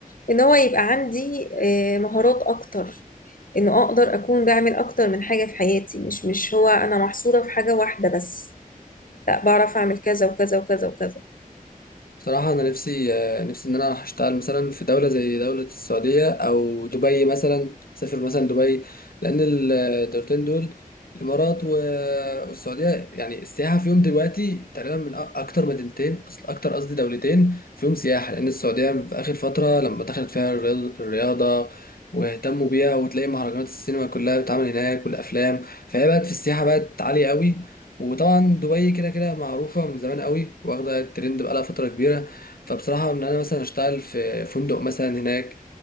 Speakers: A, on the left; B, on the left.
A: إن هو يبقى عندي آه، مهارات أكتر إنه أقدر أكون بعمل أكتر من حاجة في حياتي مش مش هو أنا محصورة في حاجة واحدة بس لا بعرف أعمل كذا وكذا وكذا وكذا
B: بصراحة أنا نفسي آه، نفسي إن أنا أشتغل مثلا في دولة زي دولة السعودية أو دبي مثلا أسافر مثلا دبي لأن ال- الدولتين دول الإمارات و- والسعودية يعني السياحة فيهم دلوقتي تقريبا من أ- أكتر مدينتين أصل أكتر قصدي دولتين فيهم سياحة لأن السعودية في آخر فترة لما دخلت فيها الرياض- الرياضة واهتموا بيها وتلاقي مهرجانات السينما كلها بتتعمل هناك والأفلام فهي بقت في السياحة بقت عالية قوي وطبعا دبي كده كده معروفة من زمان قوي واخدة الترند بقالها فترة كبيرة فبصراحة إن أنا مثلا أشتغل في فندق مثلا هناك